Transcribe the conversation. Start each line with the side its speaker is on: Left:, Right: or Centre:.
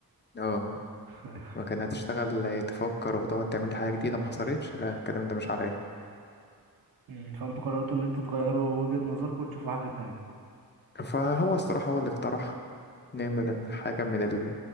Left: اه
Right: <laughs>
Left: لكن هتشتغل تفكر وتقعد تعمل لي حاجة جديدة ما حصلتش لا الكلام ده مش عليا
Right: مم. فانتوا قررتوا ان انتوا تغيروا وجهة نظركم وتشوفوا حاجة تانية
Left: فهو الصراحة هو اللي اقترح نعمل الحاجة من ال...